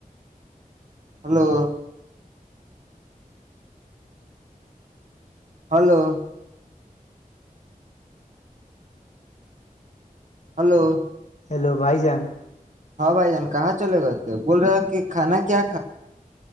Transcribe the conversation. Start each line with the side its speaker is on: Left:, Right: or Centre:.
Right: hello hello hello
Left: hello بھائی جان
Right: ہاں بھائی جان کہاں چلے گئے تھے بول رہا ہے کہ کھانا کیا